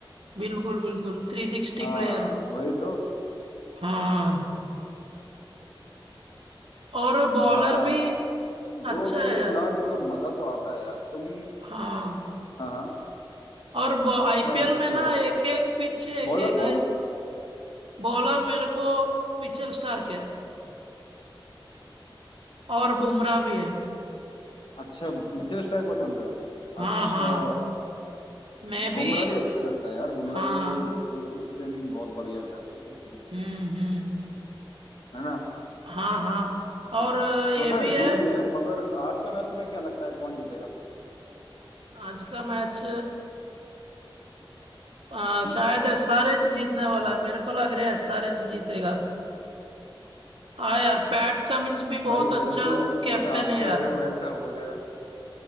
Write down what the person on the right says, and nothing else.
बिल्कुल बिल्कुल थ्री सिक्सटी
प्लेयर
हाँ और बॉलर
भी
अच्छा
है
यार
हाँ
और
आईपीएल
में ना एक एक पिच एक
एक
बॉलर मेरे को मिचेल स्टार्क है और बुमराह भी है
हाँ
हाँ मैं
भी
हाँ
हम्म हम्म
हाँ हाँ और ये
भी है
आज का मैच आ,
शायद एसआरएच जीतने वाला
है मेरे को लग रहा है एसआरएच जीतेगा हाँ यार पैट कमिंस भी
बहुत अच्छा
कैप्टन
है
यार